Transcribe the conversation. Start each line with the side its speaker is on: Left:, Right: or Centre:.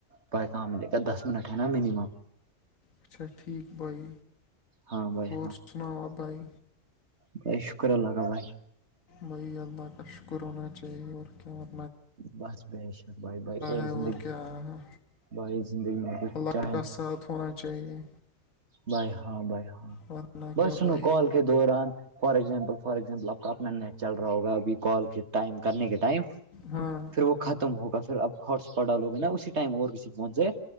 Right: پ کام لے کے دس منٹ ہے نا منیمم
Left: اچھا ٹھیک بائی
Right: ہاں بھائی
Left: اور سناؤ آ بائی
Right: بائی شکر اللہ کا بھائی
Left: بھائی اللہ کا شکر ہونا چاہیے اور کیا بت
Right: بس ب شا بھائی بائی اور
Left: ہے
Right: زندگی
Left: کیا ہے
Right: بھائی زندگی میں کچھ
Left: اللہ
Right: چاہیں
Left: کا ساتھ ہونا چاہیے
Right: بائی ہاں بائی ہاں
Left: ورنہ
Right: بس
Left: کیا
Right: سنو
Left: بھائی
Right: کال کے دوران فار ایگزامپل فار ایگزامپل آپ کا اپنا نیٹ چل رہا ہوگا ابھی کال کے ٹائم کرنے کے ٹائم
Left: ہاں
Right: پھر وہ ختم ہوگا پھر اب ہاٹسپاٹ ڈالو گے نا اسی ٹائم اور کسی پہنچ جائے